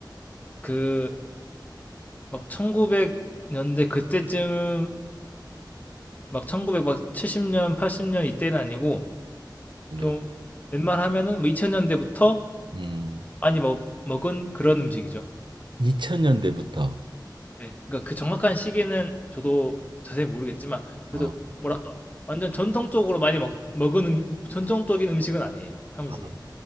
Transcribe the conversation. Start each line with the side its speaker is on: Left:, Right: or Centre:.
Left: 그, 막 1900년대 그때쯤, 막 1970년, 80년 이때는 아니고
Right: 네.
Left: 좀 웬만하면은 뭐 2000년대부터
Right: 음,
Left: 많이 먹 먹은 그런 음식이죠.
Right: 2000년대부터.
Left: 네. 그러니까 그 정확한 시기는 저도 자세히 모르겠지만 그래도
Right: 어.
Left: 뭐랄까 완전 전통적으로 많이 먹 먹은 음 전통적인 음식은 아니에요, 한국에.
Right: 아,